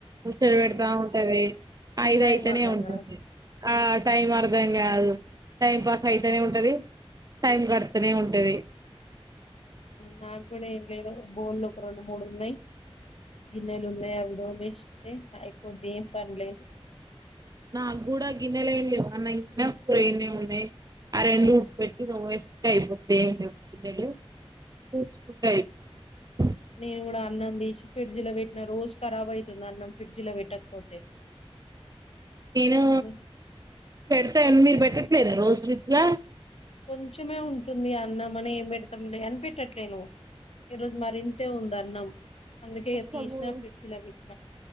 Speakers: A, on the right; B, on the left.
A: ముచ్చట్లు పెడతా ఉంటది ఐద
B: టైం
A: అయితేనే
B: అర్థం
A: ఉంటుంది
B: కాదు
A: ఆ టైం అర్థంగాదు టైం పాస్ అయితేనే ఉంటది టైం కడుతూనే ఉంటది
B: నాకు కూడా ఏం లేదు బోల్లు ఒక రెండు మూడు ఉన్నాయి గిన్నెలు ఉన్నాయి అవిదోమ ఎస్తే అయిపోద్ది ఏం పనిలేదు
A: నా గూడా గిన్నెల ఏం లేవు <unintelligible> పూరనే ఉ ఆ రెండు పెట్టి వేసుకుంటే అయిపొద్ది ఏం లేవు గిన్నెలు <unintelligible>
B: నేను కూడా అన్నం తీసి ఫ్రిడ్జి లో పెట్టిన రోజు ఖరాబ్ అవుతుంది అన్నం ఫ్రిడ్జి లో పెట్టకపోతే
A: నేను
B: అని
A: పెడతా మీరు పెట్టట్లేదు రోజు ప్రిజ్ ల
B: కొంచమే ఉంటుంది అన్నం అని ఏం పెడతాం లే అని పెట్టట్లేను ఈ రోజు మరి ఇంతే ఉంది అన్నం అందుకే
A: ఎకోలేదు
B: ఇగ తీసిన ఫ్రిడ్జ్ లో పెట్టిన